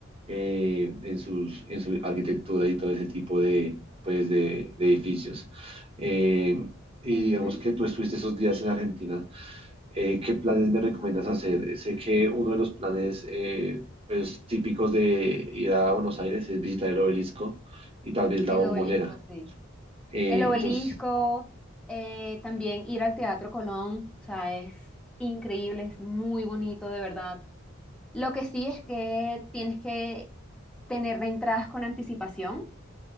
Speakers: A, on the right; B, in the centre.
A: eh, en sus, en su arquitectura y todo ese tipo de, pues, de, de edificios. Eh, y
B: Ujú,
A: digamos que tú estuviste esos días en Argentina. eh, ¿qué planes me recomiendas hacer? Sé que uno de los planes eh, pues, típicos de ir a Buenos Aires es visitar el obelisco y tal vez
B: El
A: la bombonera.
B: obelisco, sí.
A: Eh,
B: El obelisco,
A: entonces,
B: eh, también ir al Teatro Colón, o sea, es increíble, es muy bonito, de verdad. Lo que sí es que tienes que tener entradas con anticipación,